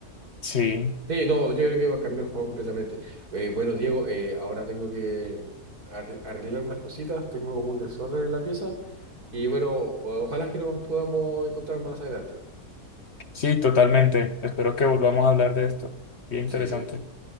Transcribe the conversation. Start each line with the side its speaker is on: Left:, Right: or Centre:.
Left: sí,
Right: Sí, no, yo creo que va a cambiar el juego completamente. Eh, bueno, Diego, eh, ahora tengo que arre- arreglar unas cositas, tengo un desorden en la pieza, Y bueno, o- ojalá que nos podamos encontrar más adelante.
Left: sí, totalmente. Espero que volvamos a hablar de esto. Bien
Right: Sí,
Left: interesante.